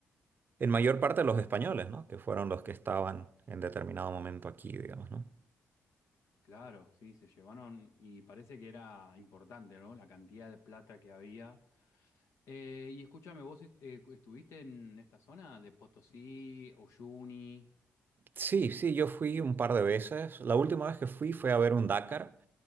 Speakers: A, on the right; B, on the left.
A: En mayor parte los españoles, ¿no? Que fueron los que estaban en determinado momento aquí, digamos, ¿no?
B: Claro, sí, se llevaron y parece que era importante, ¿no? La cantidad de plata que había. Eh, y escúchame, ¿vos est- eh, cu- estuviste en esta zona de Potosí, Uyuni?
A: Sí, sí, yo fui un par de veces. La última vez que fui fue a ver un Dakar.